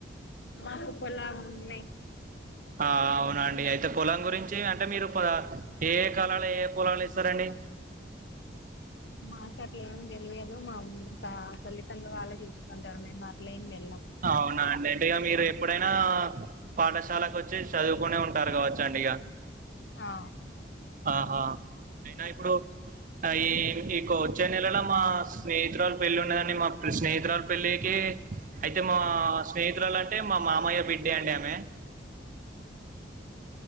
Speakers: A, on the left (about 65°); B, on the right (about 45°).
A: మాకు పొలాలు ఉన్నాయి
B: ఆ అవునండి అయితే పొలం గురించి అంటే మీరు ఏ కాలాల ఏ పొలాలు ఎస్తారండి
A: మాకు అట్ల ఏమి తెలియదు మా త తల్లిదండ్రులు వాళ్ళ చూసుకుంటారు మేము అట్ల ఏం బె
B: అవునా అండి అంటే ఇక మీరు ఎప్పుడైనా పాఠశాలకు వచ్చి చదువుకునే ఉంటారు కాబట్టి చాండి ఇగ
A: ఆ
B: ఆహా అయినా ఇప్పుడు ఈ ఇక వచ్చే నెలలో మా స్నేహితురాలి పెళ్ళి ఉన్నదన్ని మా స్నేహితురాలి పెళ్ళికి అయితే మా స్నేహితురాలు అంటే మా మామయ్య బిడ్డే అండి ఆమె